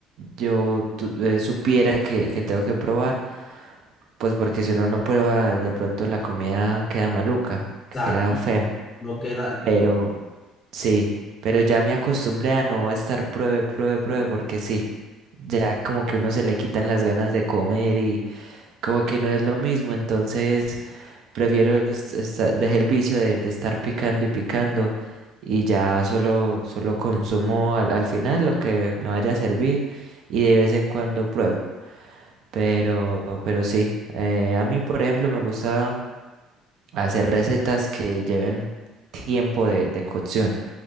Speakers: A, on the right (about 60°); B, on the left (about 25°).
A: yo tu- eh, supiera que, que tengo que probar, pues porque si uno no prueba, de pronto la comida queda maluca,
B: o sea,
A: queda fea.
B: no queda, no
A: Pero sí, pero ya me acostumbré a no estar pruebe, pruebe, pruebe, porque sí, ya como que uno se le quitan las ganas de comer y como que no es lo mismo, entonces... Prefiero es esta- dejé el vicio de, de estar picando y picando y ya solo, solo consumo al, al final lo que me vaya a servir y de vez en cuando pruebo. Pero, pero sí, eh, a mí por ejemplo me gusta hacer recetas que lleven tiempo de, de cocción.